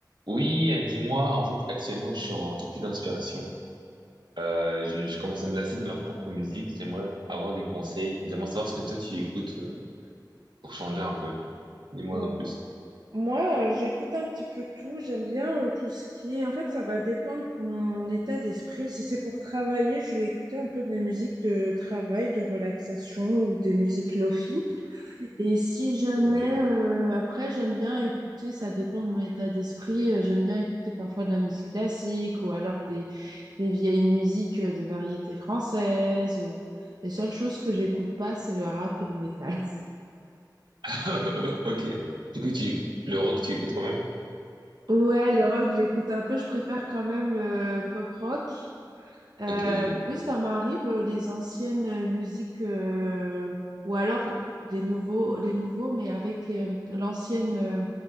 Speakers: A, on the right; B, on the right.
A: Oui, euh, dis-moi, en fait, actuellement, je suis en, j'ai plus d'inspiration. Euh, je, je commence à me lasser de ma propre musique. J'aimerais avoir des conseils. J'aimerais savoir ce que toi tu écoutes euh, pour changer un peu. Dis-moi
B: Euh,
A: en plus.
B: moi, euh, j'écoute un petit peu tout. J'aime bien euh, tout ce qui est. En fait, ça va dépendre de mon état d'esprit. Si c'est pour travailler, je vais écouter un peu des musiques de travail, de relaxation ou des musiques lofi. Et si jamais,
A: Ok.
B: euh, après, j'aime bien écouter, ça dépend de mon état d'esprit, euh, j'aime bien écouter parfois de la musique classique ou alors des, des vieilles musiques euh, de variété française. Ou... Les seules choses que j'écoute pas, c'est le rap et le métal. <laughs>
A: <laughs> Ok. Du coup, tu, le rock, tu écoutes quand même?
B: Ouais, le rock, j'écoute un peu, je préfère quand même le pop rock. Euh,
A: Ok, oui.
B: oui, ça m'arrive, euh, les anciennes euh, musiques euh, ou alors des nouveaux, les nouveaux, mais avec les, euh, l'ancienne, euh,